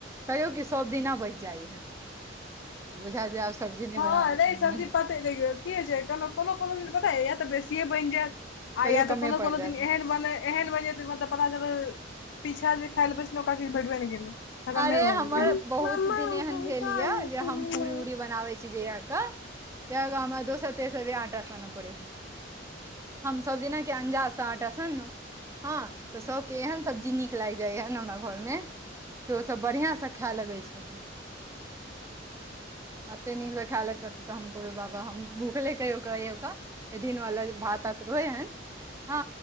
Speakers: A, on the right; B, on the left.
A: कयौ कि सब दिना बेच जाइ हन बुझा जा आब सब्जी नहि
B: हँ
A: बनाबऽके
B: नहि सब्जी
A: मने
B: पते देखियौ की होइ छैय कोनो कोनो दिन पता या तऽ बेसियए बनि जायत आ
A: कहियो
B: या तऽ
A: कमे
B: कोनो कोनो
A: पड़ जायत
B: दिन एहन। मने एहन मने जे मतलब पता चल पीछा जे खायइ लए बैसल ओकरा किछ भेटबे नहि केलै खतमे
A: अरे
B: भऽ
A: हमर
B: गेलै
A: बहुत
B: मम्मा
A: दिन
B: हमको
A: एहन भेल
B: भी कहानी
A: ये जे
B: सुनना
A: हम पूरी उूरी बनाबे अछी जहिय के त हमरा दोसर तेसर बेर आटा सानय पड़ेय। हम सब दिना के अंदाज से आटा सनलौ तऽ सब के एहन सब्जी नीक लाग जाइय हमरा घर मे से ओसब बढ़िआं से खाय लगै छथिन एते नीक से खाय लेत तऽ हम कहबै बाबा हम भूखले कहियो कह। ओकर दिन वाला भात रहै हन ह